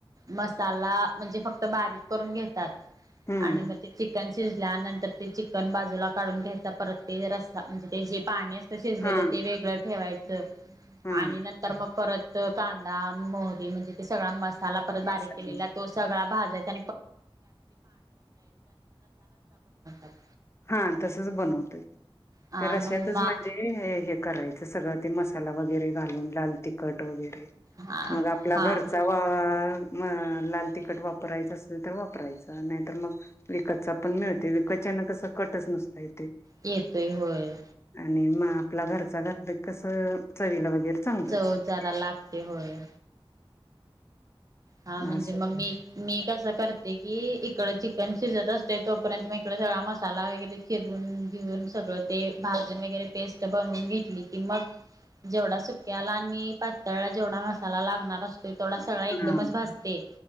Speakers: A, on the right; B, on the left.
A: मसाला म्हणजे, फक्त बारीक करून घेतात.
B: हम्म
A: आणि म ते चिकन शिजल्या नंतर- ते चिकन बाजूला काढून घ्यायचा, परत ते रसा म्हणजे ते जे पाणी अस च शिजलेलं
B: हा
A: ते वेगळं ठेवायचं.
B: हा
A: आणि नंतर मग परत कांदा मोहरी म्हणजे, ते सगळा मसाला परत
B: मसाला
A: बारीक केलेला तो सगळा भाजायचा <unintelligible>
B: हा तसच बनवतोय,
A: हा
B: त्या रश्यातच
A: मग मा
B: म्हणजे हे हे करायचं सगळं ते मस साला वगैरे घालून लाल तिखट वगैरे,
A: हा
B: मग आपला
A: हा
B: घरचा वा म लाल तखट वापरायच असेल, तर वापरायच नाहीतर मग विकतचा पण मिळतय विकत च्यानकसं कटच नसतय.
A: येतोय होय.
B: आणि म आपला घरचा घर घातला कि कस चवीला वगैरे चांगलं
A: चव
B: लागत.
A: जरा लागते होय. हा
B: मग
A: म्हणजे
B: असं
A: म मी मी असं करते की इकड चिकन शिजत असतय तोपर्यंत, म इकड सगळा मसाला वगैरे चिर रुन घेऊन सगळं ते भाजून वगैरे पेस्ट बनवून घेतली कि मग जेवढा सुक्याला आणि पातळला जेवढा मसाला लागणार, असतोय तेवढा सगळा एकदमच
B: हा
A: भजते